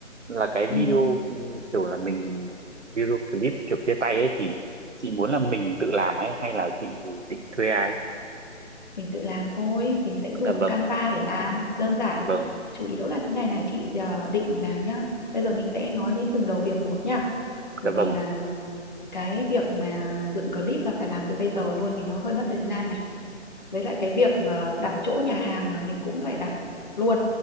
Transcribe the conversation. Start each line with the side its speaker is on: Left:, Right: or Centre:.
Right: là cái
Left: ừ,
Right: video ừ, kiểu là mình video clip kiểu chia tay ấy thì chị muốn là mình tự làm ấy hay là chị định thuê ai?
Left: mình tự làm thôi mình sẽ dùng
Right: Dạ vâng,
Left: Canva để làm đơn giản
Right: vâng,
Left: chủ yếu là thế này này chị ờ, định là nhá bây giờ mình sẽ nói đến từng đầu việc một nhá bởi
Right: dạ vâng,
Left: vì là cái việc mà dựng clip là phải làm từ bây giờ luôn vì nó hơi mất thời gian này với lại cái việc ờ, đặt chỗ nhà hàng là mình cũng phải đặt luôn